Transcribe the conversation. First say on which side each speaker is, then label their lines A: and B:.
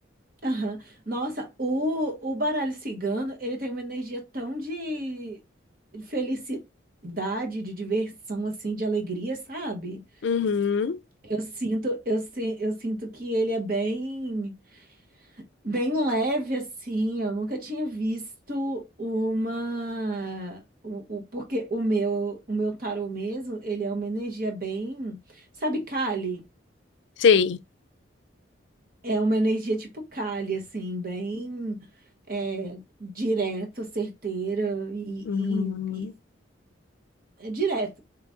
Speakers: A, on the right; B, on the left.
A: aham. Nossa, o, o baralho cigano, ele tem uma energia tão de felicidade, de diversão, assim, de alegria, sabe?
B: Uhum,
A: Eu sinto, eu, si- eu sinto que ele é bem, bem leve assim. Eu nunca tinha visto uma o, o- porque o meu, o meu tarô mesmo, ele é uma energia bem, sabe, Kali?
B: Sei.
A: É uma energia tipo Kali assim, bem é, direta, certeira e,
B: uhum.
A: e, e- é direta.